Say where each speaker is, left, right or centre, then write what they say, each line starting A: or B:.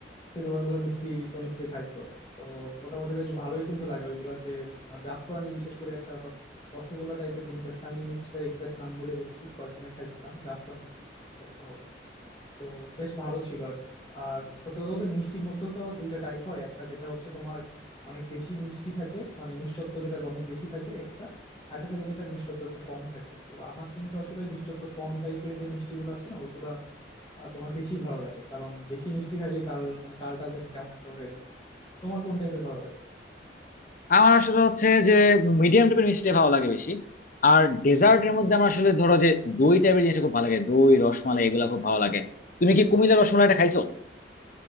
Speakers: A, on the left; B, on the left.
A: সেই দোকানগুলো মিষ্টি তো নিশ্চয়ই খাইছো তো মোটামুটি বেশ ভালোই কিন্তু লাগে ওইগুলা যে তোমার জাফরানি বিশেষ করে একটা র- রসগোল্লা টাইপের জিনিস আছে আমি মিষ্টিটা এক্সাক্ট নাম ভুলে গেছি কয়েকদিন আগে খাইছিলাম জাফরানি কিছু একটা হবে তো বেশ ভালো ছিল আর কি আর সত্যি কথা বলতে মিষ্টির মধ্যেও তো আবার দুইটা টাইপ হয় একটা যেটা হচ্ছে তোমার অনেক বেশি মিষ্টি থাকে মানে মিষ্টত্ব যেটা অনেক বেশি থাকে একটা আরেকটা থাকে যেটা মিষ্টত্ব একটু কম থাকে তো আমার কিন্তু আসলে ওই মিষ্টত্ব কম টাইপের যে মিষ্টিগুলো আছে না ওইগুলো আহ, তোমার বেশি ভালো লাগে কারণ বেশি মিষ্টি খাইলে কাল মানে কালটাল যেন কেমন একটা হয়ে যায় তোমার কোন টাইপের ভালো লাগে
B: আমার আসলে হচ্ছে যে মিডিয়াম টাইপের মিষ্টিটা ভালো লাগে বেশি আর ডেজার্টের মধ্যে আমার আসলে ধরো যে দই টাইপের জিনিসটা খুব ভালো লাগে দই রসমালাই এগুলা খুব ভালো লাগে তুমি কি কুমিল্লা রসমালাইটা খাইছো